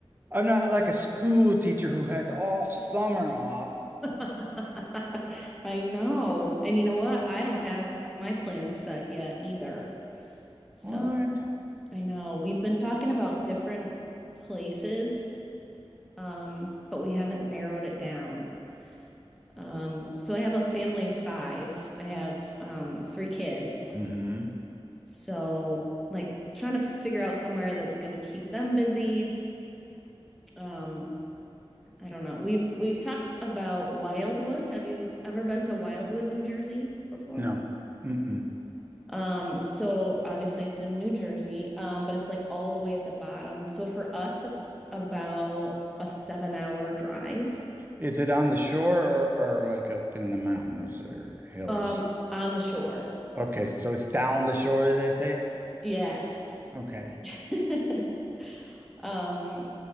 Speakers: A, on the right; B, in the centre.
A: I'm not like a school teacher who has all summer off.
B: <laughs> I know. And you know what? I don't have my plans set yet either. So
A: What?
B: I know we've been talking about different places, um, but we haven't narrowed it down. Um, so I have a family of five. I have um, three kids.
A: Mm-hmm.
B: So like trying to figure out somewhere that's going to keep them busy. Um, I don't know. We've we've talked about Wildwood. Have you ever been to Wildwood, New Jersey before?
A: No. Mm-mm.
B: Um, so obviously it's in New Jersey, um, but it's like all the way at the bottom. So for us, it's about a seven hour drive,
A: Is it on the shore or, or like up in the mountains or hills?
B: um, on the shore.
A: Okay, so it's down the shore, as they say.
B: Yes.
A: Okay.
B: <laughs> Um,